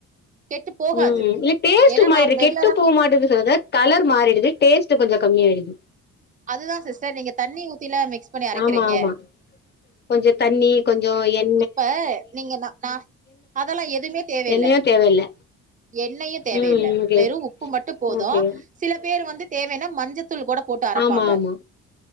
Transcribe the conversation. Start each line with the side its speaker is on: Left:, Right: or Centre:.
Right: கெட்டு போகாது
Left: ம் இல்ல டேஸ்ட்டு
Right: ஏன்னா
Left: ஒரு மாரி
Right: நா ரெகுலரா
Left: கெட்டு போ மாட்டுது சிலது கலர் மாறிடுது டேஸ்ட் கொஞ்சோ கம்மியா ஆயிடுது
Right: அதுதா சிஸ்டர் நீங்க தண்ணி ஊத்திலா மிக்ஸ் பண்ணி அரைக்கிறீங்க
Left: ஆமா ஆமா கொஞ்சோ தண்ணி கொஞ்சோ எண்
Right: இப்ப நீங்க நா நா அதெல்லா எதுமே தேவ
Left: எண்ணயு
Right: இல்ல
Left: தேவயில்ல
Right: எண்ணெயு தேவயில்ல
Left: ம் ஓகே
Right: வெரு உப்பு மட்டு போது
Left: ஓகே
Right: சில பேர் வந்து தேவன்னா மஞ்சத் தூளு கூட போட்டு அரப்பாங்க
Left: ஆமா ஆமா